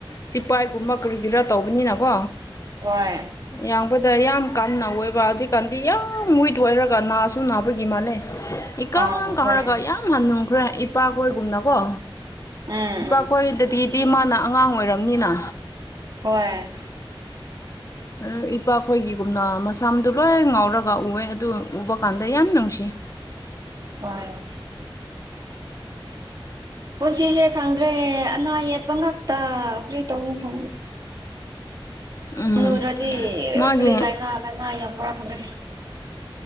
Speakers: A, on the left; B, on the right.
A: ꯁꯤꯐꯥꯏꯒꯨꯝꯕ ꯀꯔꯤꯒꯤꯔꯥ ꯇꯧꯕꯅꯤꯅꯀꯣ
B: ꯍꯣꯏ
A: ꯌꯥꯡꯕꯗ ꯌꯥꯝ ꯀꯥꯟꯅ ꯑꯣꯏꯕ ꯑꯗꯨꯛꯀꯥꯟꯗꯤ ꯌꯥꯝ ꯋꯤꯠ ꯑꯣꯏꯔꯒ ꯅꯥꯁꯨ ꯅꯥꯕꯒꯤ ꯃꯥꯜꯂꯦ ꯏꯀꯪ
B: ꯑꯥ
A: ꯀꯪꯔꯒ
B: ꯍꯣꯏ
A: ꯌꯥꯝ ꯍꯟꯅꯨ ꯈ꯭ꯔꯦ ꯏꯄꯥ ꯀꯣꯏꯒꯨꯝꯅꯀꯣ
B: ꯎꯝ
A: ꯏꯄꯥꯈꯣꯏꯗꯒꯤꯗꯤ
B: ꯎꯝ
A: ꯃꯥꯅ ꯑꯉꯥꯡ ꯑꯣꯏꯔꯝꯅꯤꯅ
B: ꯍꯣꯏ
A: ꯑꯗꯨ ꯏꯄꯥꯈꯣꯏꯒꯤꯒꯨꯝꯅ ꯃꯁꯝꯗꯣ ꯂꯣꯏ ꯉꯥꯎꯔꯒ ꯎꯑꯦ ꯑꯗꯨ ꯎꯕ ꯀꯥꯟꯗ ꯌꯥꯝ ꯅꯨꯡꯁꯤ
B: ꯍꯣꯏ ꯄꯨꯟꯁꯤꯁꯦ ꯈꯪꯗ꯭ꯔꯦ ꯑꯅꯥ ꯌꯦꯠꯄ ꯉꯥꯛꯇ ꯀꯔꯤ ꯇꯧꯅꯤ ꯈꯪꯗꯦ
A: ꯎꯝ
B: ꯍꯅꯨꯔꯗꯤ
A: ꯃꯥꯒꯤ
B: ꯀꯔꯤ ꯂꯥꯏꯅꯥ ꯂꯥꯏꯅꯥ ꯌꯥꯝ ꯋꯥꯛꯗ꯭ꯔꯦ